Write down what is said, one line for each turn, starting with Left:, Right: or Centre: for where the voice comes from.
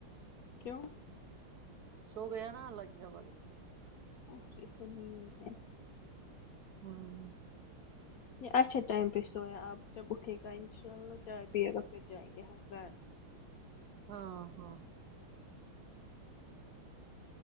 Left: کیوں
Right: سو گیا نا اللہ کے حوالے
Left: ابھی تو نہیں ہے
Right: ہوں
Left: یہ اچھا ٹائم پہ سویا آپ جب اٹھے گا انشاء اللہ چائے پیے گا پھر جائیں گے ہم گھر
Right: ہاں ہاں